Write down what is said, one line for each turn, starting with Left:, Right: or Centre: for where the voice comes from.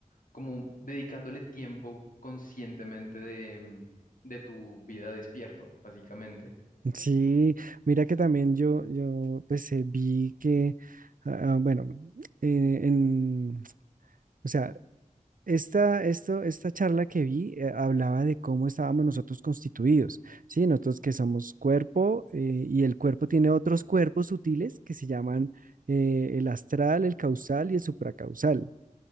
Left: como un- dedicándole tiempo conscientemente de, mm, de tu vida despierto, básicamente.
Right: sí. Mira que también yo, yo pues eh, vi que, ah, ah, bueno, eh, en, o sea, Esta, esto, esta charla que vi eh, hablaba de cómo estábamos nosotros constituidos, ¿sí? Nosotros que somos cuerpo eh, y el cuerpo tiene otros cuerpos sutiles que se llaman eh, el astral, el causal y el supracausal.